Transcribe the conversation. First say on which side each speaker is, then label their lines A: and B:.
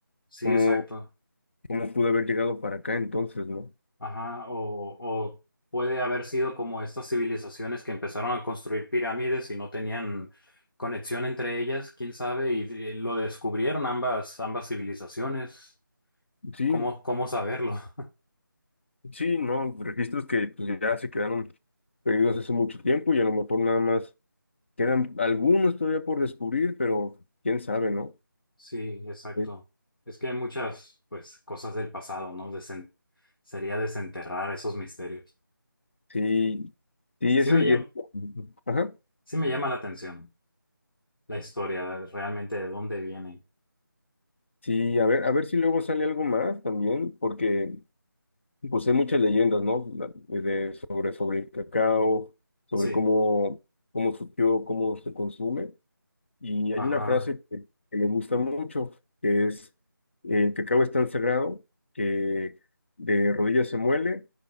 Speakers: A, on the left (about 80°); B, on the left (about 35°).
A: sí,
B: Como,
A: exacto.
B: ¿Cómo pudo haber llegado para acá entonces, no?
A: Ajá, o, o puede haber sido como estas civilizaciones que empezaron a construir pirámides y no tenían conexión entre ellas, quién sabe, y de- lo descubrieron ambas, ambas civilizaciones.
B: Sí,
A: ¿Cómo, cómo saberlo? <laughs>
B: sí, no, registros que pues, ya se quedaron perdidos hace mucho tiempo y a lo mejor nada más quedan algunos todavía por descubrir, pero quién sabe, ¿no?
A: Sí, exacto.
B: Sí,
A: Es que hay muchas, pues, cosas del pasado, ¿no? Desen- sería desenterrar esos misterios.
B: sí, sí,
A: Sí
B: eso,
A: me
B: y
A: llama,
B: es- ajá,
A: sí me llama la atención la historia, realmente de dónde vienen.
B: sí, a ver, a ver si luego sale algo más también, porque pues hay muchas leyendas, ¿no? De, sobre, sobre el cacao, sobre
A: Sí,
B: cómo, cómo surgió, cómo se consume. Y hay
A: ajá,
B: una frase que, que me gusta mucho, que es, el cacao es tan sagrado que de rodillas se muele,